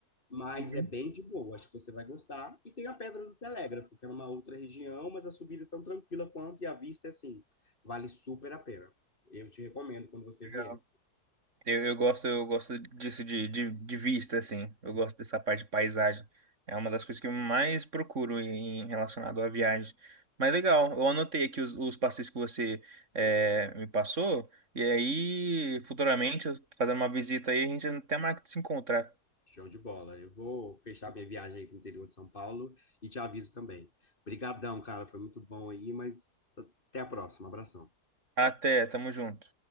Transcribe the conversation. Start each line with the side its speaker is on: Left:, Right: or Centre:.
Left: mas
Right: Muito
Left: é bem de boa, acho que você vai gostar. E tem a Pedra do Telégrafo, que é numa outra região, mas a subida é tão tranquila quanto e a vista é assim, vale super a pena. Eu te recomendo quando você
Right: legal.
Left: vier.
Right: Eu, eu gosto, eu gosto disso de, de, de vista, assim. Eu gosto dessa parte de paisagem. É uma das coisas que eu mais procuro em relacionado a viagens. Mas legal, eu anotei aqui os, os passeios que você eh, me passou. E aí, futuramente, eu fazendo uma visita aí, a gente até marca de se encontrar.
Left: Show de bola. Eu vou fechar minha viagem aí pro interior de São Paulo e te aviso também. Brigadão, cara, foi muito bom aí, mas até a próxima. Abração.
Right: Até, tamo junto.